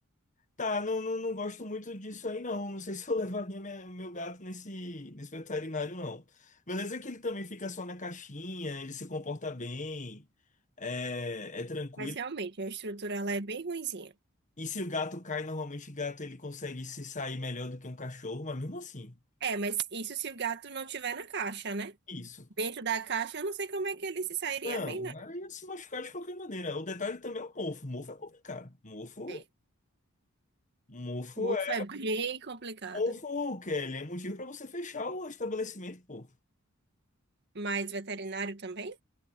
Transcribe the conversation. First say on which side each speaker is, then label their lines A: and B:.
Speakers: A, on the left; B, on the right.
A: Tá, não, não, não gosto muito disso aí, não. Não sei se eu <laughs> levaria minha- meu gato nesse, nesse veterinário, não. Beleza que ele também fica só na caixinha, ele se comporta bem, é, é tranquilo.
B: Mas realmente, a estrutura ela é bem ruinzinha.
A: E se o gato cai, normalmente o gato ele consegue se sair melhor do que um cachorro, mas mesmo assim,
B: É, mas isso se o gato não tiver na caixa, né?
A: isso.
B: Dentro da caixa, eu não sei como é que ele se sairia
A: Não,
B: bem, não.
A: aí ia se machucar de qualquer maneira. O detalhe também é o mofo. Mofo é complicado. Mofo,
B: É.
A: mofo
B: Mofo
A: é.
B: é bem complicado.
A: Mofo, Kelly, é motivo para você fechar o estabelecimento, pô.
B: Mas veterinário também?